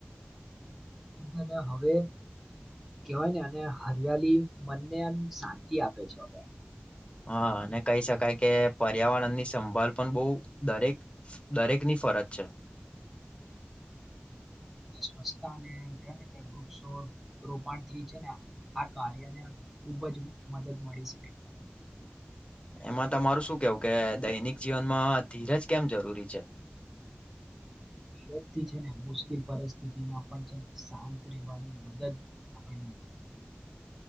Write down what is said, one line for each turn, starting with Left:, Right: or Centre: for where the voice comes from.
Centre: <inaudible> કેવાય ને અને હરિયાળી મનને એમ શાંતિ આપે છે હવે
Left: હા અને કહી શકાય કે ર્યાવરણની સંભાળ પણ બહું દરેક દરેક ની. ફરજ છે
Centre: અને સ્વચ્છતા કેવાયને કે વૃક્ષો રોપણથી છે ને આ કાર્યને ખૂબ જ મદદ મળી શકે.
Left: <unintelligible> એમાં તમારું શું કેવું કે દૈનિક જીવનમાં ધીરજ કેમ જરૂરી છે?
Centre: નિરજ થી છે ને મુશ્કેલ પરિસ્થિતિ માં પણ છે ને શાંત વાની મદદ આપણને મળે છે. <inaudible>